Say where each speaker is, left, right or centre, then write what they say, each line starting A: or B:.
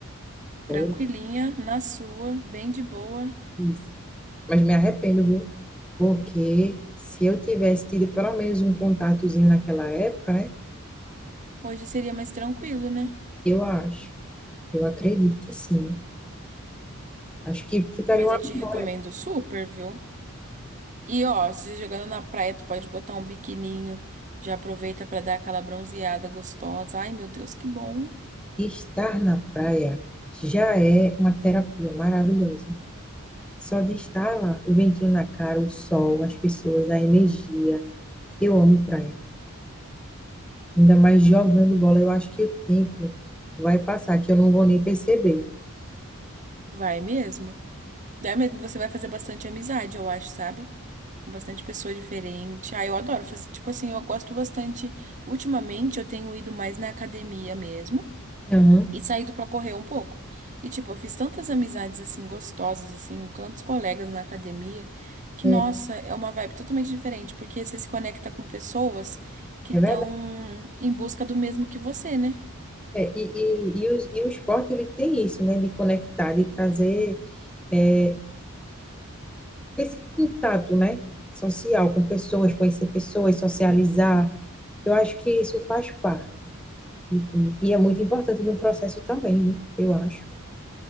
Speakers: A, in the centre; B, on the right.
A: Pô,
B: Tranquilinha, na sua, bem de boa.
A: isso. Mas me arrependo, viu? Porque se eu tivesse tido pelo menos um contatozinho naquela época, né?
B: Hoje seria mais tranquilo, né?
A: Eu acho, eu acredito que sim. Acho que ficaria
B: Mas
A: uma
B: eu te
A: memória.
B: recomendo super, viu? E ó, se jogando na praia, tu pode botar um biquininho. Já aproveita pra dar aquela bronzeada gostosa. Ai, meu Deus, que bom.
A: Estar na praia já é uma terapia maravilhosa. Só de estar lá, o ventinho na cara, o sol, as pessoas, a energia. Eu amo praia. Ainda mais jogando bola, eu acho que o tempo vai passar, que eu não vou nem perceber.
B: Vai mesmo. Daí mesmo você vai fazer bastante amizade, eu acho, sabe? com bastante pessoa diferente. Ah, eu adoro fazer, tipo assim, eu gosto bastante. Ultimamente eu tenho ido mais na academia mesmo
A: Aham.
B: e saído pra correr um pouco. E tipo, eu fiz tantas amizades assim gostosas assim, com tantos colegas na academia, que
A: É,
B: nossa, é uma vibe totalmente diferente, porque você se conecta com pessoas que
A: é
B: estão
A: verdade.
B: em busca do mesmo que você, né?
A: É, e, e, e, os- e o esporte ele tem isso, né? De conectar, de trazer é, esse contato, né? Social com pessoas, conhecer pessoas, socializar. Eu acho que isso faz parte de tudo. E é muito importante no processo também, né? Eu acho.